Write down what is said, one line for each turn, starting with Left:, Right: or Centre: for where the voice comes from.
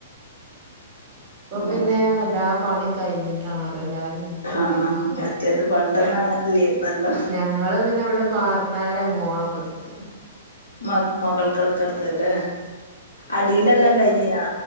Right: ഇപ്പ
Left: ഉം
Right: പിന്നെ എല്ലാ പണീം കയ്ഞ് ട്ടാണല്ലോ എല്ലാരും കുടിര്നെ.
Left: ആഹ് ആഹ് മറ്റേത് പണ്ടൊന്നും അങ്ങനെല്ലേരുന്നല്ലോ
Right: ഞ ങ്ങള് പിന്നെ ഇവടെ പാർത്താരേ മോളൊക്കെ ഇട്ത്തത്.
Left: മാക്കും മകൾക്കട്കട്ത്തല്ലെ. അടീലെല്ലാം കയ്ഞ്ഞീനാ?